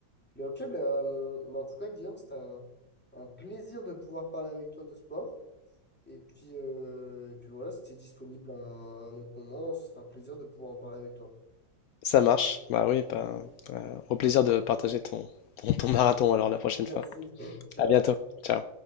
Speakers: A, in the centre; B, on the left (about 75°).
A: Mais ok, ben, euh, ben, en tout cas, Guillaume, c'était un, un plaisir de pouvoir parler avec toi de sport. Et puis, euh, et puis voilà, si tu es disponible à un, à un autre moment, ce serait un plaisir de pouvoir en parler avec toi.
B: Ça marche, bah oui, bah, euh, au plaisir de partager ton, ton ton marathon alors la prochaine
A: Merci.
B: fois.
A: <laughs> Ciao.
B: À bientôt, ciao.